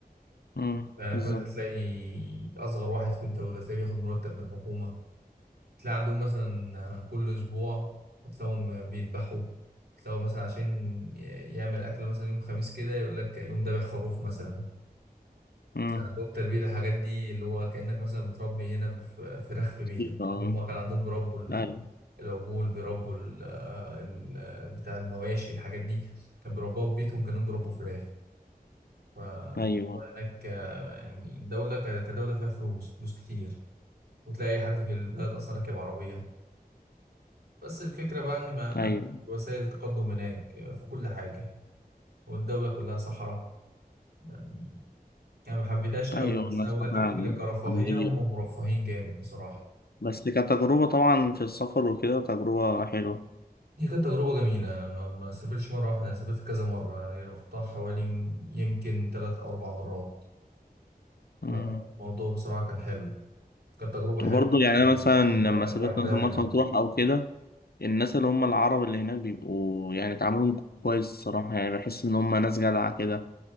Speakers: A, on the left; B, on the right.
A: مم.
B: يعني
A: بالظبط
B: هناك مثلا تلاقي أصغر واحد في الدولة تلاقيه بياخد مرتب من الحكومة تلاقي عندهم مثلا كل أسبوع تلاقيهم بيذبحوا تلاقوا مثلا عشان ي- يعمل أكل مثلا يوم خميس كده يقول لك يوم ذابح خروف مثلا
A: مم.
B: كان عندهم تربية الحاجات دي اللي هو كأنك مثلا بتربي هنا ف- فراخ في
A: أكيد،
B: بيتك
A: آه.
B: هما كان عندهم بيربوا ال-
A: ايوه
B: العجول بيربوا ال- آه، ال- آه، بتاع المواشي الحاجات دي كان بيربوها في بيتهم كانوا بيربوا فراخ فالموضوع
A: ايوه
B: هناك آه، يعني الدولة ك- كدولة فيها فلوس فلوس كتير وتلاقي أي حد في البلد أصلا راكب عربية بس الفكرة بقى إن ما ما
A: ايوه
B: فيش وسائل تقدم هناك في كل حاجة والدولة كلها صحراء يعني أنا ما حبيتهاش قوي
A: ايوه
B: بس
A: انا
B: أنا
A: سمعت
B: بقول لك
A: عن
B: الفكرة كرفاهية
A: عن ليبيا
B: هم مرفهين جامد بصراحة
A: بس كتجربة طبعا في السفر وكده تجربة حلوة
B: هي كانت تجربة جميلة أنا ما ما سافرتش مرة واحدة أنا سافرت كذا مرة يعني رحتها حوالي يمكن تلات أو أربع مرات
A: مم.
B: فالموضوع بصراحة كان حلو كانت تجربة حلوة
A: وبرضه يعني أنا مثلا لما
B: وكمان إنك
A: سافرت
B: رايح
A: مثلا
B: بري
A: مرسى مطروح أو كده الناس اللي هم العرب اللي هناك بيبقوا يعني تعاملهم كويس الصراحة يعني بحس إن هم ناس جدعة كده